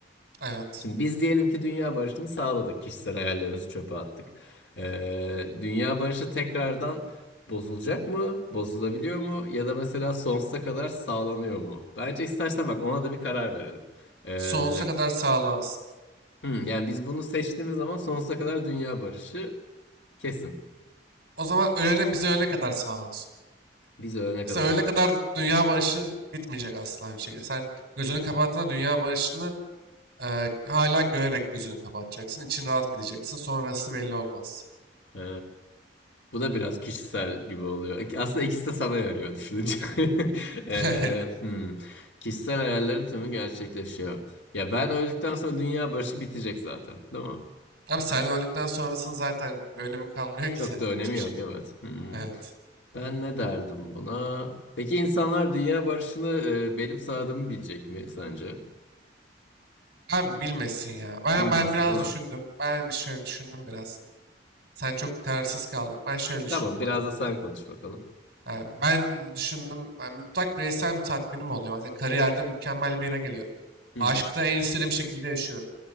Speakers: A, on the right; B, on the left.
A: Evet.
B: Şimdi biz diyelim ki dünya barışını sağladık. Kişisel hayallerimizi çöpe attık. Ee, dünya barışı tekrardan bozulacak mı? Bozulabiliyor mu? Ya da mesela sonsuza kadar sağlanıyor mu? Bence istersen bak ona da bir karar verelim. Ee,
A: Sonsuza kadar sağlansın.
B: hmm, yani biz bunu seçtiğimiz zaman sonsuza kadar dünya barışı kesin.
A: O zaman ölene bize ölene kadar sağlansın.
B: Biz ölene
A: Mesela
B: kadar.
A: ölene kadar dünya barışı bitmeyecek asla bir şekilde. Sen gözünü kapattığında dünya barışını e, hala görerek gözünü kapatacaksın. İçin rahat gideceksin. Sonrası belli olmaz.
B: Ee, bu da biraz kişisel gibi oluyor. İk- Aslında ikisi de sana yarıyor düşününce. <laughs> Ee,
A: <laughs> Evet.
B: hmm. Kişisel hayallerin tümü gerçekleşiyor. Ya ben öldükten sonra dünya barışı bitecek zaten, değil mi?
A: Ama sen öldükten sonrasının zaten bir önemi kalmıyor ki
B: Çok
A: zaten
B: da önemi
A: hiçbir
B: yok,
A: şekilde.
B: evet. Hmm.
A: Evet.
B: Ben ne derdim buna? Peki insanlar dünya barışını e, benim sağladığımı bilecek mi sence?
A: Abi bilmesin ya. Ben
B: Bilmesin,
A: ben biraz
B: değil mi?
A: düşündüm. Ben bir şöyle düşündüm biraz. Sen çok kararsız kaldın. Ben şöyle düşündüm
B: Tamam, biraz
A: abi.
B: da sen konuş bakalım.
A: Yani ben düşündüm. Ben mutlak bireysel bir tatminim oluyor. Mesela kariyerde mükemmel bir yere geliyorum.
B: Hı hı,
A: Aşkta en istediğim şekilde yaşıyorum.